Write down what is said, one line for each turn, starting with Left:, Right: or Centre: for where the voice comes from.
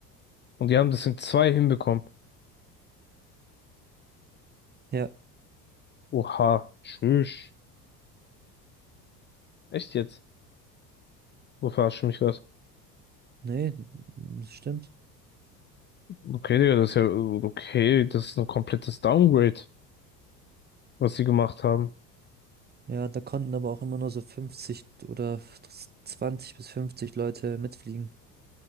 Left: Und die haben das in zwei hinbekommen.
Right: Ja,
Left: Oha, tschüss. Echt jetzt? Wo verarsch mich was?
Right: nee, das stimmt.
Left: Okay, Digga, das ist ja, äh, okay, das ist ein komplettes Downgrade, was sie gemacht haben.
Right: Ja, da konnten aber auch immer nur so 50 oder 20 bis 50 Leute mitfliegen.